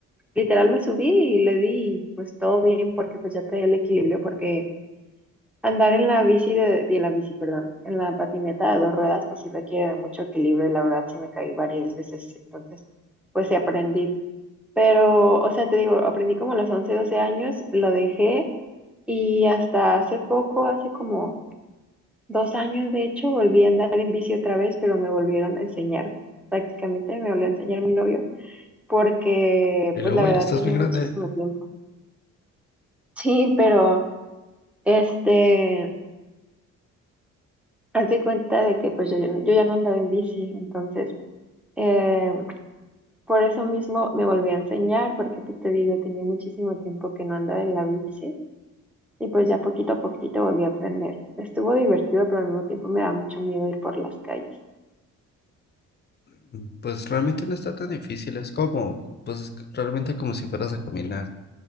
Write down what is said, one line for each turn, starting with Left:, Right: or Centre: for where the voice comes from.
Centre: literal me subí y le di, y pues todo bien porque pues ya traía el equilibrio porque andar en la bici de, de la bici, perdón, en la patineta de dos ruedas pues sí requiere de mucho equilibrio y la verdad sí me caí varias veces, entonces pues sí aprendí, pero o sea, te digo, aprendí como a los 11 12 años, lo dejé y hasta hace poco, hace como dos años de hecho, volví a andar en bici otra vez, pero me volvieron a enseñar, prácticamente me volvió a enseñar mi novio, porque
Left: Y
Centre: pues
Left: luego
Centre: la verdad
Left: ya estás
Centre: tenía
Left: bien grande.
Centre: muchísimo tiempo. Sí, pero este, haz de cuenta de que pues yo, ya- yo ya no andaba en bici, entonces eh, por eso mismo me volví a enseñar, porque pues te digo, tenía muchísimo tiempo que no andaba en la bici. Y pues ya poquito a poquito volví a aprender. Estuvo divertido, pero al mismo tiempo me da mucho miedo ir por las calles.
Left: Mm, Pues realmente no está tan difícil, es como, pues es realmente como si fueras a caminar.